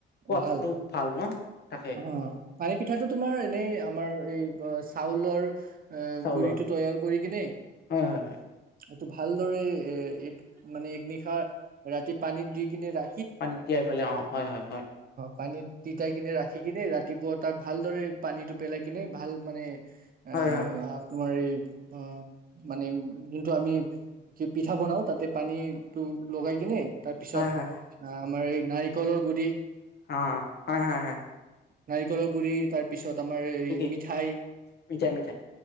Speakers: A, on the left; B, on the right.
A: সোৱাদটো
B: ভাল,
A: ভাল ন তাকে
B: অঁ পানী পিঠাটো তোমাৰ এনেই আমাৰ এই চাউলৰ এ
A: চাউলৰ
B: গুড়িটো তৈয়াৰ কৰি কিনে
A: হয় হয় হয়
B: এইটো ভালদৰে এ এক মানে এক নিশা ৰাতি পানীত দি কিনে ৰা
A: পানীত তিয়াই পেলাই, অঁ, হয় হয়- হয়।
B: পানীত তিতাই কিনে ৰাখি কিনে, ৰাতিপুৱা তাক ভালদৰে, পানীটো পেলাই কিনে, ভাল মানে এ,
A: হয় হয়
B: তোমাৰ এই অঁ, মানে যোনটো আমি কি, পিঠা বনাও তাতে পানী টো, লগাই কিনে তাৰপিছত
A: হয় হয় হয়
B: আ আমাৰ এই নাৰিকলৰ গুডি
A: অ' হয় হয় হয়।
B: নাৰিকলৰ গুডৰি, তাৰ পিছত তমাৰ এই
A: ঠিকেই
B: মিঠাই,
A: মিঠাই মিঠাই